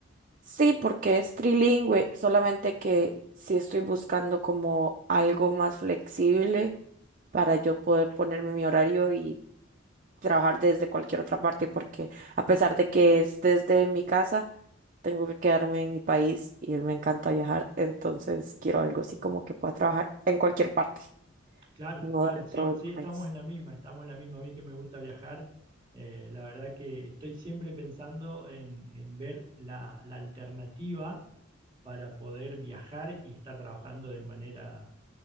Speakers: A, on the right (about 40°); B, on the right (about 25°).
A: Sí, porque es trilingüe, solamente que sí estoy buscando como algo más flexible para yo poder ponerme mi horario y trabajar desde cualquier otra parte, porque a pesar de que es desde mi casa, tengo que quedarme en mi país y me encanta viajar, entonces quiero algo así como que pueda trabajar en cualquier parte,
B: Claro,
A: no
B: claro,
A: dentro
B: sí,
A: del
B: sí,
A: país.
B: estamos en la misma, estamos en la misma. A mí que me gusta viajar, eh, la verdad que estoy siempre pensando en, en ver la, la alternativa para poder viajar y estar trabajando de manera,